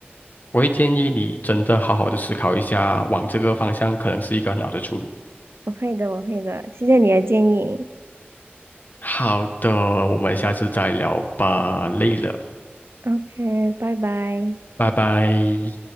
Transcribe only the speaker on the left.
我会建议你真的好好的思考一下，往这个方向可能是一个很好的出路。
好的，我们下次再聊吧，累了，
拜拜。